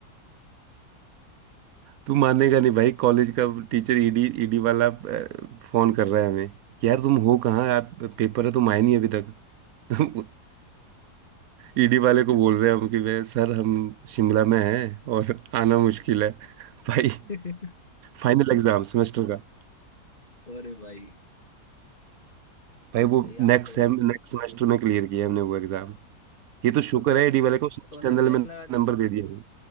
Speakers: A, on the right; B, on the left.
A: तू मानेगा नहीं भाई कॉलेज का टीचर ईडी ईडी वाला अ, फोन कर रहा है हमें कि यार तुम हो कहाँ यार पेपर है तुम आए नहीं अभी तक <laughs> हम ईडी वाले को बोल रहे हैं हम कि वे सर हम शिमला में हैं और आना मुश्किल है <laughs> भाई
B: हम्म। <laughs>
A: फाइनल एग्जाम सेमेस्टर का
B: अरे भाई
A: भाई वो
B: भाई
A: नेक्स्ट
B: आप लोग
A: सेम नेक्स्ट सेमेस्टर में क्लियर किया हमने वो एग्जाम ये तो
B: तो
A: शुक्र
B: बैक
A: है ईडी वाले को उसने एक्सटर्नल
B: तो उनने बैक
A: में
B: लगा
A: नंबर
B: दी
A: दे दिया हमें